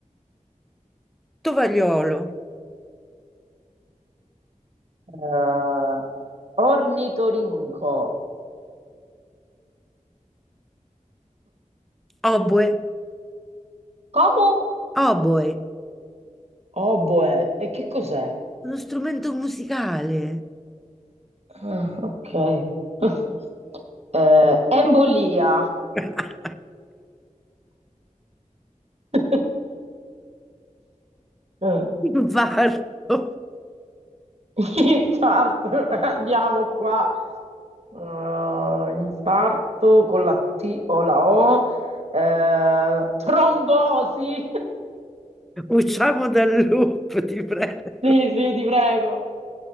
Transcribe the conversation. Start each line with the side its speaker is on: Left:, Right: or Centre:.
Centre: Tovagliolo,
Right: eh, ornitoringo.
Centre: oboe,
Right: Come?
Centre: oboe,
Right: Oboe, e che cos'è?
Centre: uno strumento musicale,
Right: Ah, ok. <laughs> Eh, embolia.
Centre: <laughs>
Right: <laughs> Eh,
Centre: infarto,
Right: Infarto, <laughs> andiamo qua. Uh, infarto con la T o la O, eh, trombosi. <laughs>
Centre: usciamo dal loop, ti prego,
Right: Sì, sì, ti prego.